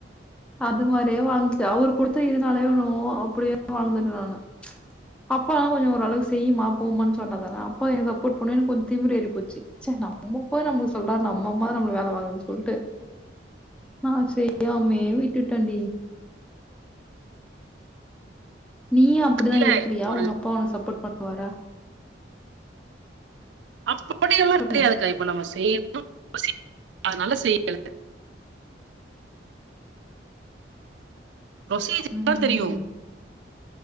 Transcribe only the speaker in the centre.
அது மாரியே வாழ்ந்துட்டு அவரு குடுத்த இதுனாலயோ என்னமோ அப்புடியே வளந்துட்ட நானு அப்பா கொஞ்சோ ஒரு அளவு செய்யிமா போமான் சொன்னதலா அப்பா எனக்கு அப்போட்பண்ணவு எனக்கு கொஞ் திமிர் ஏறி போச்சு ச்ச நம்மப்பா நம்ள சொல்றாரு நம்மம்மா நம்ள வேல வாங்குதுன் சொல்ட்டு நான் செய்யாமயே விட்டுடண்டி நீயு அப்புடிதா
இருக்குறியா
உங்க அப்பா ஒனக் சப்போட் பண்ணுவாரா
சொல்லு
ம்